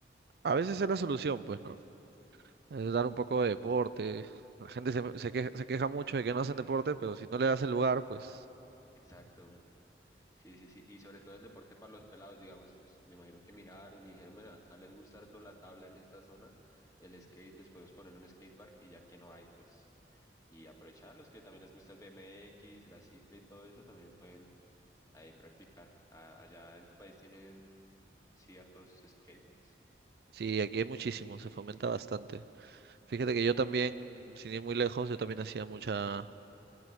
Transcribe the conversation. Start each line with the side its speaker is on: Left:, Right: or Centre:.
Right: A veces es la solución, pues, ¿no? Es dar un poco de deporte. La gente se, se queja, se queja mucho de que no hacen deporte, pero si no le das el lugar, pues
Left: Exacto, sí, sí, sí. Y sobre todo el deporte para los pelados, digamos, pues me imagino que miraron y dijeron, "Bueno, acá les gusta harto la tabla en esta zona, el skate, les podemos poner un skatepark y ya que no hay, pues, y aprovechar los que también les gusta el BMX, la cicla y todo eso, también pueden ahí practicar. A- allá en tu país tienen ciertos skateparks.
Right: sí, aquí hay muchísimo, se fomenta bastante. Fíjate que yo también, sin ir muy lejos, yo también hacía mucha...